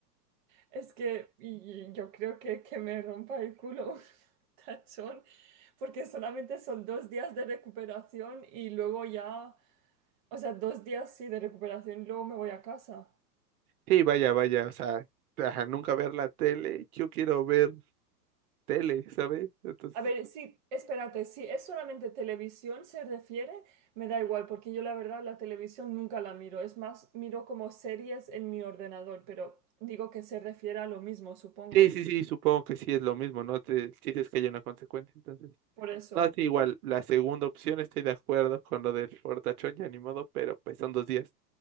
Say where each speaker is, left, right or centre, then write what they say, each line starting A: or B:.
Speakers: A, on the right; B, on the right.
A: Es que y y yo creo que, que me rompa el culo <laughs> un tachón, porque solamente son dos días de recuperación y luego ya, o sea, dos días sí de recuperación, luego me voy a casa.
B: sí, vaya, vaya, o sea, ajá, nunca ver la tele, yo quiero ver tele, ¿sabes? Entonces,
A: A ver, sí, espérate, si es solamente televisión se refiere, me da igual, porque yo la verdad la televisión nunca la miro, es más, miro como series en mi ordenador, pero digo que se refiere a lo mismo, supongo.
B: sí, sí, sí, supongo que sí es lo mismo, ¿no? Te, sí es que hay una consecuencia, entonces.
A: Por eso.
B: No, sí, igual, la segunda opción estoy de acuerdo con lo del fortachón, ya ni modo, pero pues son dos días,